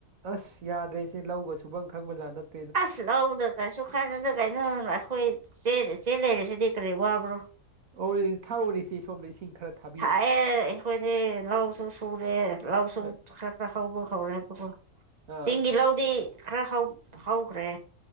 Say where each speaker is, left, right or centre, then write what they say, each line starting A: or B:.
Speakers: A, on the right (about 70°); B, on the right (about 30°).
A: ꯑꯁ ꯌꯥꯗ꯭ꯔꯦ ꯏꯆꯦ ꯂꯧꯒ ꯁꯨꯕꯪ ꯈꯪꯕꯖꯥꯠ ꯅꯠꯇꯦ
B: ꯑꯁ ꯂꯧꯗ ꯀꯩꯁꯨ ꯈꯥꯏꯅꯗ ꯀꯩꯅꯣ ꯑꯩꯈꯣꯏ ꯆꯦꯜ ꯂꯩꯔꯁꯤꯗꯤ ꯀꯔꯤ ꯋꯥꯕ꯭ꯔꯣ
A: ꯑꯣ ꯊꯥꯔꯣꯔꯤꯁꯤ ꯁꯣꯅꯤꯁꯤ ꯈꯔ ꯊꯥ
B: ꯊꯥꯛꯑꯦ ꯑꯩꯈꯣꯏꯗꯤ ꯂꯧꯁꯨ ꯁꯨꯔꯦ ꯂꯧꯁꯨ
A: ꯑ
B: ꯈꯔ ꯈꯥ ꯈꯥꯎꯕ ꯈꯥꯎꯔꯦꯕꯣ
A: ꯑꯥ
B: ꯆꯤꯡꯒꯤꯤ ꯂꯥꯎ ꯑꯗꯨꯗꯤ ꯈꯔ ꯍꯥꯎꯈ꯭ꯔꯦ